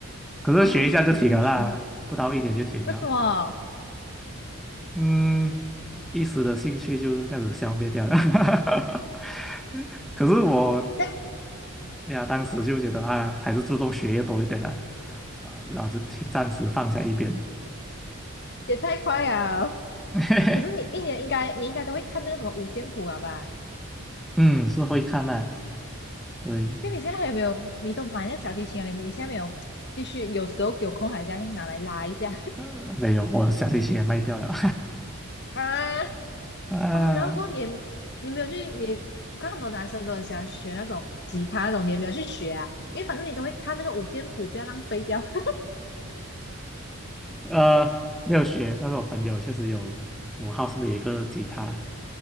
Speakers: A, in the centre; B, on the left (about 50°).
A: 可是学一下就停了啦，
B: 哦，中学。
A: 不到一年就停了。
B: 为什么？
A: 嗯，一时的兴趣就这样子消灭掉了。<laughs> 可是我
B: 这样
A: 哎呀，当时就觉得啊，还是注重学业多一点啦，啊，然后就停暂时放下一边。
B: 也太快了。
A: <laughs>
B: 可是你一年应该，你应该都会看那个什么五线谱啊吧？
A: 嗯，是会看的，对，
B: 就你现在还有没有？你都买那个小提琴啊？你你现在没有继续？有时候有空还这样拿来拉一下
A: 呃没有，我小提琴也卖掉了，
B: <laughs> 啊？
A: <laughs> 啊，
B: 哦，然后过后你也你没有去？你我看很多男生都很喜欢学那种吉他那种，你也没有去学啊？因为反正你都会看那个五线谱，不要浪费掉 <laughs>。
A: 呃，没有学，但是我朋友确实有，我号，是不是有一个吉他，